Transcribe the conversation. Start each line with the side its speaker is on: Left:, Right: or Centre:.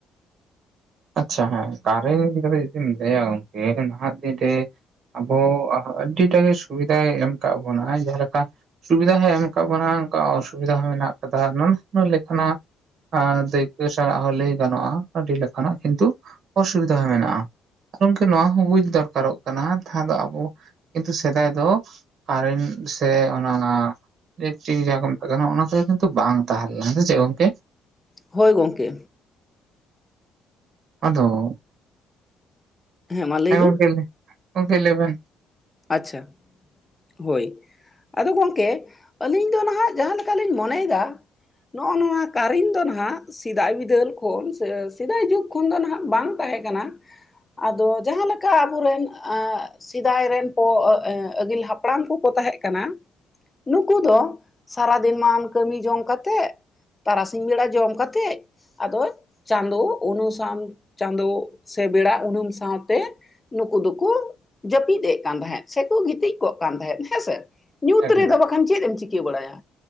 Right: ᱟᱪᱪᱷᱟ ᱦᱮᱸ ᱠᱟᱨᱮᱱᱴ ᱤᱫᱤ ᱠᱟᱛᱮ ᱡᱩᱫᱤᱢ ᱞᱟᱹᱭᱟ ᱜᱚᱝᱠᱮ ᱱᱟᱦᱟᱜ ᱫᱤᱱ ᱨᱮ ᱟᱵᱚ <unintelligible> ᱟᱹᱰᱤᱴᱟᱜ ᱜᱮ ᱥᱩᱵᱤᱫᱷᱟᱭ ᱮᱢ ᱟᱠᱟᱫ ᱵᱚᱱᱟᱭ ᱡᱟᱦᱟᱸ ᱞᱮᱠᱟ ᱥᱩᱵᱤᱫᱷᱟ ᱦᱚᱸᱭ ᱮᱢ ᱟᱠᱟᱫ ᱵᱚᱱᱟ ᱚᱱᱠᱟ ᱚᱥᱩᱵᱤᱫᱷᱟ ᱦᱚᱸ ᱢᱮᱱᱟᱜ ᱟᱠᱟᱫᱟ ᱱᱩᱱ.. ᱱᱩᱱᱟᱹᱜ ᱞᱮᱠᱟᱱᱟᱜ ᱟᱨ ᱫᱟᱹᱭᱠᱟᱹ ᱥᱟᱞᱟᱜ ᱦᱚᱸ ᱞᱟᱹᱭ ᱜᱟᱱᱚᱜᱼᱟ ᱟᱹᱰᱤ ᱞᱮᱠᱟᱱᱟᱜ ᱠᱤᱱᱛᱩ ᱚᱥᱩᱵᱤᱫᱷᱟ ᱦᱚᱸ ᱢᱮᱱᱟᱜᱼᱟ ᱜᱚᱝᱠᱮ ᱱᱚᱣᱟ ᱦᱚᱸ ᱵᱩᱡᱽ ᱫᱚᱨᱠᱟᱨᱚᱜ ᱠᱟᱱᱟ ᱛᱟᱦ ᱫᱚ ᱟᱵᱚ ᱠᱤᱱᱛᱩ ᱥᱮᱫᱟᱭ ᱫᱚ ᱠᱟᱨᱮᱱᱴ ᱥᱮ ᱚᱱᱟ ᱱᱟᱦᱟᱸᱜ ᱤᱞᱮᱠᱴᱨᱤᱠ ᱡᱟᱸᱦᱟ ᱠᱚ ᱢᱮᱛᱟᱜ ᱠᱟᱱᱟ ᱚᱱᱟ ᱠᱚᱫᱚ ᱠᱤᱱᱛᱩ ᱵᱟᱝ ᱛᱟᱦᱮᱸ ᱞᱮᱱᱟ ᱥᱮ ᱪᱮᱫ ᱜᱚᱝᱠᱮ
Left: ᱦᱳᱭ ᱜᱚᱢᱠᱮ
Right: ᱟᱫᱚ
Left: ᱢᱟ ᱞᱟᱹᱭ
Right: ᱦᱮᱸ
Left: ᱵᱤᱱ
Right: ᱜᱚᱝᱠᱮ ᱞᱟ. ᱜᱚᱢᱠᱮ ᱞᱟ. ᱭ ᱵᱤᱱ
Left: ᱟᱪᱪᱷᱟ ᱦᱳᱭ ᱟᱫᱚ ᱜᱚᱢᱠᱮ ᱟᱹᱞᱤᱧ ᱫᱚ ᱱᱟᱦᱟᱸᱜ ᱡᱟᱦᱟᱸ ᱞᱮᱠᱟᱞᱤᱧ ᱢᱚᱱᱮᱭᱮᱫᱟ ᱱᱚᱜᱼᱚ ᱱᱚᱣᱟ ᱠᱟᱨᱤᱧ ᱫᱚ ᱱᱟᱦᱟᱸᱜ ᱥᱮᱫᱟᱭ ᱵᱤᱫᱟᱹᱞ ᱠᱷᱚᱱ ᱥᱮ ᱥᱮᱫᱟᱭ ᱡᱩᱜᱽ ᱠᱷᱚᱱ ᱫᱚ ᱱᱟᱦᱟᱸᱜ ᱵᱟᱝ ᱛᱟᱦᱮᱸ ᱠᱟᱱᱟ ᱟᱫᱚ ᱡᱟᱦᱟᱸᱞᱮᱠᱟ ᱟᱵᱚᱨᱮᱱ ᱟᱸ ᱥᱮᱫᱟᱭ ᱨᱮᱱ ᱚ... ᱚ... ᱟᱹᱜᱤᱞ ᱦᱟᱯᱲᱟᱢ ᱠᱚᱠᱚ ᱛᱟᱦᱮᱸᱫ ᱠᱟᱱᱟ ᱱᱩᱠᱩ ᱫᱚ ᱥᱟᱨᱟᱫᱤᱱ ᱢᱟᱢ ᱠᱟᱹᱢᱤ ᱡᱚᱝ ᱠᱟᱛᱮᱫ ᱛᱟᱨᱟᱥᱤᱧ ᱵᱮᱲᱟ ᱡᱚᱢ ᱠᱟᱛᱮᱫ ᱟᱫᱚ ᱪᱟᱸᱫᱚ ᱩᱱᱩ ᱥᱟᱶ ᱪᱟᱸᱫᱚ ᱥᱮ ᱵᱮᱲᱟ ᱩᱱᱩᱢ ᱥᱟᱶᱛᱮ ᱱᱩᱠᱩ ᱫᱚ ᱠᱚ ᱡᱟᱹᱯᱤᱫ ᱮᱫ ᱠᱟᱱ ᱛᱟᱦᱮᱸᱫ ᱥᱮ ᱠᱚ ᱜᱤᱛᱤᱡ ᱠᱚᱜ ᱠᱟᱱ ᱛᱟᱦᱮᱸᱫ ᱦᱮᱸᱥᱮ ᱧᱩᱛ
Right: ᱮᱠᱟᱞ
Left: ᱨᱮᱫᱚ
Right: ᱮᱠᱟᱞ
Left: ᱵᱟᱠᱷᱟᱱ ᱪᱮᱫ ᱮᱢ ᱪᱤᱠᱟᱹ ᱵᱟᱲᱟᱭᱟ